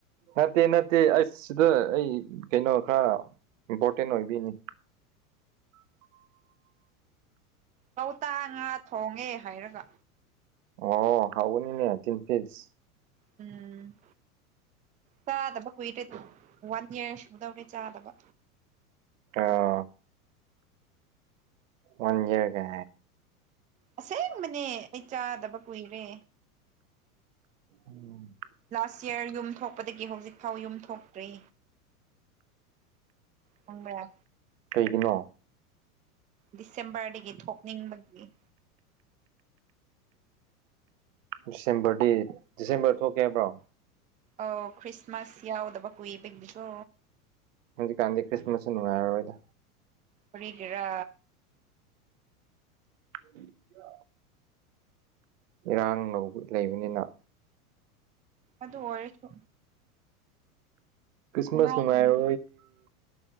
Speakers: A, on the right; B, on the right.
A: ꯅꯠꯇꯦ ꯅꯠꯇꯦ ꯑꯁ ꯁꯤꯗ ꯑꯩ ꯀꯩꯅꯣ ꯈꯔ ꯏꯝꯄꯣꯔꯇꯦꯟ ꯑꯣꯏꯕꯤꯅꯤ
B: ꯀꯧꯇꯥ ꯉꯥ ꯊꯣꯡꯉꯦ ꯍꯥꯏꯔꯒ
A: ꯑꯣ ꯍꯥꯎꯒꯅꯤꯅꯦ ꯇꯤꯟ ꯐꯤꯁ
B: ꯎꯝ ꯆꯥꯗꯕ ꯀꯨꯏꯔꯦ ꯋꯥꯟ ꯏꯔ ꯁꯨꯗꯧꯔꯦ ꯆꯥꯗꯕ
A: ꯑ <inaudible> ꯃꯟꯖꯔꯒ
B: ꯑꯁꯦꯡꯕꯅꯦ ꯑꯩ ꯆꯥꯗꯕ ꯀꯨꯏꯔꯦ
A: ꯎꯝ
B: ꯂꯥꯁ ꯌꯔ ꯌꯨꯝ ꯊꯣꯛꯄꯗꯒꯤ ꯍꯧꯖꯤꯛꯐꯥꯎ ꯌꯨꯝ ꯊꯣꯛꯇ꯭ꯔꯤ ꯈꯪꯕ꯭ꯔꯥ
A: ꯀꯩꯒꯤꯅꯣ
B: ꯗꯤꯁꯦꯝꯕꯔꯗꯒꯤ ꯊꯣꯛꯅꯤꯡꯕꯒꯤ
A: ꯗꯤꯁꯦꯝꯕꯔꯗꯤ ꯗꯤꯁꯦꯝꯕꯔ ꯊꯣꯛꯀꯦ ꯍꯥꯏꯕ꯭ꯔꯣ
B: ꯑꯧ ꯈ꯭ꯔꯤꯁꯃꯥꯁ ꯌꯥꯎꯗꯕ ꯀꯨꯏꯕꯒꯤꯀꯣ
A: ꯍꯧꯖꯤꯛ ꯀꯥꯟꯗꯤ ꯀ꯭ꯔꯤꯁꯃꯥꯁꯁꯨ ꯅꯨꯡꯉꯥꯢꯔꯔꯣꯢꯗ
B: ꯀꯔꯤꯒꯤꯔꯥ
A: <unintelligible> ꯏꯔꯥꯡ ꯂꯧꯕ ꯂꯩꯕꯅꯤꯅ
B: ꯑꯗꯨ ꯑꯣꯏꯔꯁꯨ
A: ꯀ꯭ꯔꯤꯁꯃꯁ
B: ꯅꯨꯡꯉꯥꯏꯒꯅꯤ
A: ꯅꯨꯡꯃꯥꯏꯔ